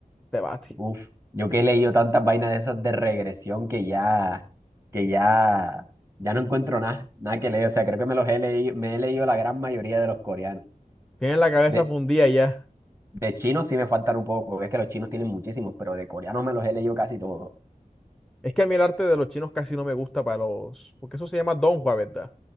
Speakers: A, in the centre; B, on the right (about 20°).
A: te bate.
B: uf, yo que he leído tantas vainas de esas de regresión que ya, que ya, ya no encuentro nada, nada que leer, o sea, creo que me los he leído, me he leído la gran mayoría de los coreanos.
A: Tienen la cabeza
B: De,
A: fundida ya.
B: De chinos sí me faltan un poco, porque es que los chinos tienen muchísimos, pero de coreanos me los he leído casi todos.
A: Es que a mí el arte de los chinos casi no me gusta para los. Porque eso se llama Donghua, ¿verdad?